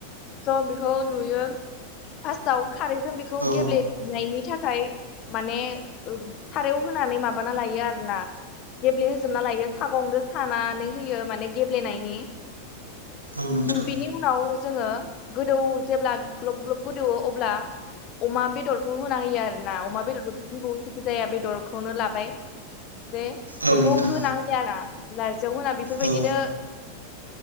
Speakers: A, on the left; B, on the right.
A: स' बेखौ नुयो फार्स्टाव खारैजों बेखौ
B: औ
A: गेब्लेबनायनि थाखाय माने थारायाव होनानै माबाना लायो आरो ना गेब्लेहोजोबना लायो सागंजों खानानै होयो माने गेब्लेनायनि
B: औ नोंथां
A: बिनि उनाव जोङो गोदौ जेब्ला ग्लब ग्लब गोदौवो अब्ला अमा बेदरखौ होना होयो आरो ना अमा बेदरखौ बि जेखि जाया बेदरखौनो लाबाय दे
B: औ
A: बेखौ
B: नोंथां
A: होना होयाना नारजियाव होना बेफोरबायदिनो
B: औ
A: <unintelligible>